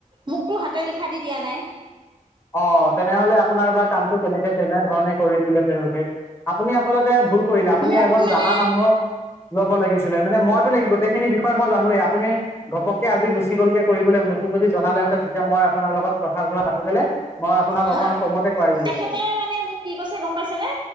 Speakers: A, on the right; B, on the left.
A: মোকতো হাতে লিখা দি দিয়া নাই
B: অ' তেনেহলে আপোনাৰ বা কামটো কেনেকে কে এনে ধৰণে কৰি দিলে তেওঁলোকে আপুনি আচলতে ভুল কৰিলে আপুনি
A: মোক
B: এজন
A: মানে
B: জানা মানুহক ল'ব লাগিছিলে মানে, মইতো গোটেইখিনি বিষয়ে মই জানোৱেই আপুনি ঘপকে আজি গুচি গল কে কৰিবলৈ মোকতো যদি জনালে তেতিয়া মই আপোনাৰ লগত কথা বতৰা পাতি পেলাই মই আপোনাক
A: হয়
B: অকণমান কমতে কৰাই দিলোহেঁতেন
A: তেখেতে মানে মোক কি কৈছে গম পাইছেনে?